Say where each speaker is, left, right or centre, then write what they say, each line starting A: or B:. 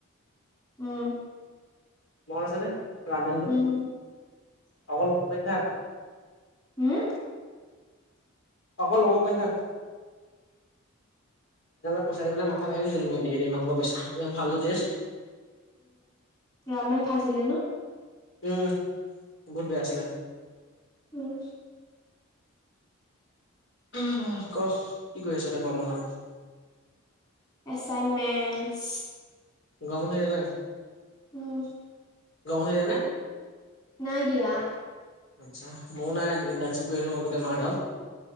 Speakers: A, on the left (about 20°); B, on the left (about 60°).
A: উম
B: মৰ আছে নে ৰামনটো
A: উম,
B: <unintelligible>
A: হম
B: অকল অ মোক ক নথাকে পইচা পেলাই মাথা ভ আহি গৈছিলো মই এনেই পইচা ভাল টেষ্ট
A: ৰামায়ণ খাইছিলে ন
B: উম বহত বিয়া আছিলা
A: উম
B: উম ক কি কৰি আছ এটা কমলত
A: এচাইনমেন্টচ
B: গৰমত থাকে নাই
A: উম
B: <unintelligible>
A: নাই দিয়া
B: আচ্ছা মোৰ নাই নিন্দাঞ্চ ক মই গোতে মাডাল